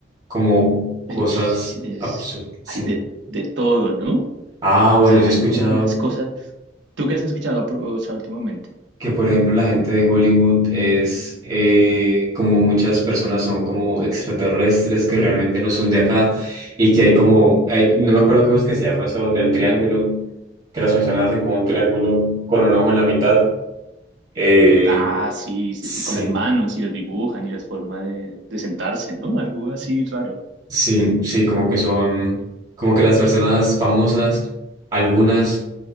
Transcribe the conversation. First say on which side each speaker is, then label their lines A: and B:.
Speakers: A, on the right; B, on the right.
A: como cosas
B: Es, es-
A: absurdas. Sí.
B: hay de, de todo, ¿no? O
A: Ah, bueno,
B: sea,
A: yo he
B: hay
A: escuchado.
B: como unas cosas. ¿Tú qué has escuchado, pro- o sea, últimamente?
A: que por ejemplo la gente de Hollywood es eh, como muchas personas son como extraterrestres que realmente no son de acá y que hay como, hay- no me acuerdo cómo es que se llama eso del triángulo, que las personas hacen como un triángulo con un ojo en la mitad. Eh,
B: Ah, sí, sí,
A: sí,
B: sí, con las manos y las dibujan y las formas de, de sentarse, ¿no? Algo así raro.
A: sí, sí, como que son, como que las personas famosas, algunas